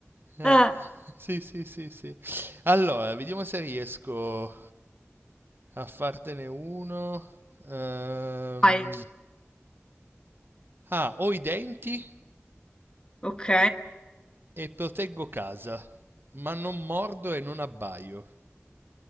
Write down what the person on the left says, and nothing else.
Ah,
vai.
Ok,